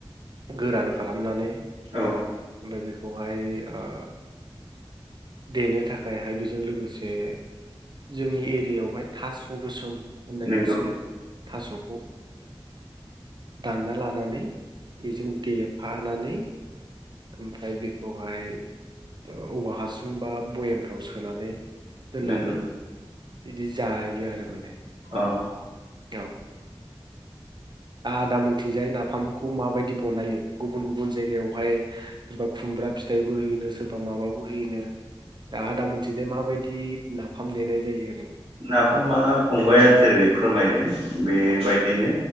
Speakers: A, on the right (about 50°); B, on the right (about 85°).
A: गोरान खालामनानै ओमफाय
B: औ
A: बेख खौहाय ओ देनो थाखायहाय बेजों लोगोसे जोंनि एरियायावहाय थास' गोसोम होननाय
B: नंगौ
A: मोनसे थास'खौ दानना लानानै बेजों देब हानानै ओमफाय बेखौहाय दो औवा हासुं बा बयेमफ्राव सोनानै दोननानै
B: नंगौ
A: इदि जायो आरो माने।
B: औ
A: औ आदा मोनथिंजाय नाफामखौ माबाय दि बनायो गुबुन गुबुन जायगायावहाय सोरबा खुमब्रा फिथाइबो होयोनो सोरबा माबाबो होयोनो दा आदा मोनथिंजाय माबायदि नाफाम देनाय जायो ओरैनो
B: नाफामा फंबाया जेरै फोरमायदों बेबायदिनो
A: औ